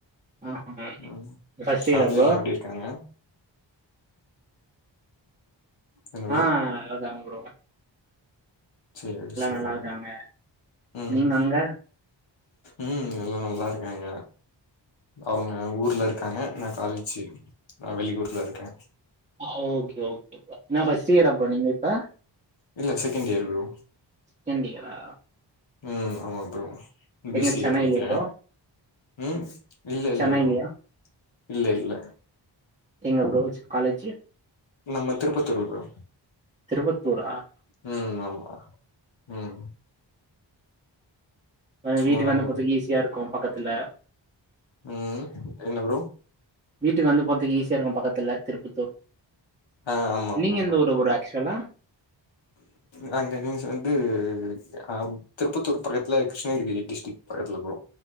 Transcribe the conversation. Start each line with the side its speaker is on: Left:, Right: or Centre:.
Right: ஆஹா
Left: ம்
Right: ஃபர்ஸ்ட்
Left: ஃபேமிலி
Right: இயரா ப்ரோ
Left: எல்லா எப்டி இருக்காங்க என்ன ப்ரோ
Right: ஆ அதான்ங்க ப்ரொ
Left: செரி செரிங்
Right: நல்லா இருக்காங்க
Left: ம்
Right: நீங்க அங்க
Left: ம் எல்லா நல்லா இருக்காங்க அவுங்க ஊர்ல இருக்காங்க நா காலேஜி நா வெளி ஊர்ல இருக்கோ
Right: ஆ ஓகே ஓகே நா ஃபஸ்ட் இயரா அப்ப நீங்க ‌இப்ப
Left: இல்ல செகண்ட் இயர் ப்ரொ
Right: செகண்ட் இயரா
Left: ம் ஆமா ப்ரொ பி
Right: எங்க
Left: சி
Right: சென்னைலயா
Left: ஏ படிக்கிறோ
Right: ப்ரோ
Left: ம் இல்ல இல்ல
Right: சென்னைலயா
Left: ப்ரொ இல்ல இல்ல
Right: எங்க ப்ரோஜ் காலேஜி
Left: நம்ம திரூப்பத்தூர் ப்ரோ
Right: திருப்பத்தூர
Left: ம் ஆமா ம்
Right: நா
Left: சும்மாதா
Right: வீட்டுக்கு வந்து
Left: ப்ரோ
Right: போறத்துக்கு ஈஸியா இருக்கூ பக்கத்துல
Left: ம் என்ன ப்ரொ
Right: வீட்டுக்கு வந்துட்டு போறதுக்கு ஈஸியா இருக்கூ பக்கத்துல திருப்பத்தூர்
Left: ஆ ஆமா ஆமா
Right: நீங்க எந்த ஊரு ப்ரோ ஆக்சுவலா
Left: நாங்க இங்க சென்ட்டு அ ஆம் திருப்பத்தூர் பக்கத்துல கிருஷ்ணகிரி டிஸ்ட்ரிக்ட் பக்கத்துல ப்ரோ